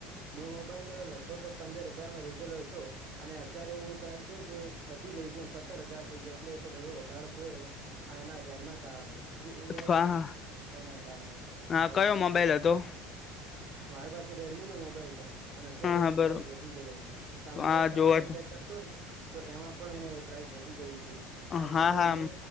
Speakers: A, on the right (about 45°); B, on the left (about 35°).
A: મે મોબાઈલ લગભગ પંદર હજારમાં લીધેલો હતો. અને અત્યારે હું પ્રાઇસ જોઉં તો વધી ગઈ છે એમ સત્તર હજાર થઇ ગયા એટલે એટલો બધો વધારો થયો છે. આ એના રેમના કારણે. જે એ આઇ
B: હા હા
A: એના કારણે
B: હા
A: આવું
B: કયો
A: બધું
B: મોબાઈલ
A: થયું.
B: હતો
A: મારી પાસે રેડમીનો મોબાઈલ હતો અને અત્યારે
B: હા હા
A: એને
B: બરોબર
A: પ્રાઇસ વધી ગઈની તમારે
B: હા
A: તમે
B: જોવા
A: પણ ચેક કરશોને તો એમાં પણ એને પ્રાઇસ વધી ગઈ છે. આ
B: હા
A: જે
B: હા
A: મે